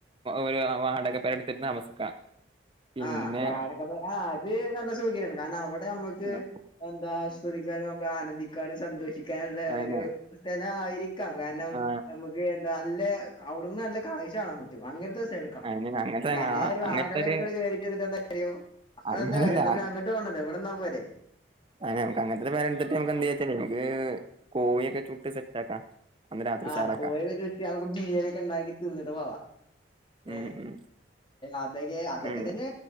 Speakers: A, on the right; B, on the left.
A: ഒരു വാടക പെര എടുത്തു താമസിക്കാം പിന്നെ
B: ആ വാടക ആ അത് നല്ല സൗകര്യമാണ് കാരണം അവിടെ നമ്മുക്ക്
A: ആ
B: എന്താ ആനന്ദിക്കാനും സന്തോഷിക്കാനും ഉള്ള
A: അയന്നെ
B: ഒരു സ്ഥലം ആയിരിക്കാം കാരണം
A: ആ
B: നമുക്ക് നല്ല അവിടുന്ന് നല്ല കാഴ്ച കാണാൻ പറ്റും അങ്ങനത്തെ ഒരു സ്ഥലം എടുക്കണം
A: അയന്നെ അങ്ങനത്തെ
B: <inaudible> <inaudible>
A: ആ അങ്ങനത്തൊരു
B: <inaudible> അങ്ങെന്താ
A: അങ്ങനല്ല
B: കാര്യ അങ്ങോട്ട് പോണ്ടല്ലോ ഇവിടെ നിന്നാൽ പോരെേ
A: അങ്ങെ നമുക്ക് അങ്ങനത്തെ പെര നമുക്ക് എന്താച്ച നമുക്ക് കോഴി ഒക്കെ ചുട്ട് സെറ്റ് ആക്കാം അന്ന് രാത്രി ഉഷാറാക്കാം
B: ആ കോഴിചുട്ട് നമുക്ക് ബിരിയാണി ഒക്കെ ഉണ്ടാക്കി തിന്നിട്ട് പോവാ
A: ഉം
B: ഏ
A: ഉം
B: അതൊക്കെ അതൊക്കെ
A: ഉം
B: തന്നെ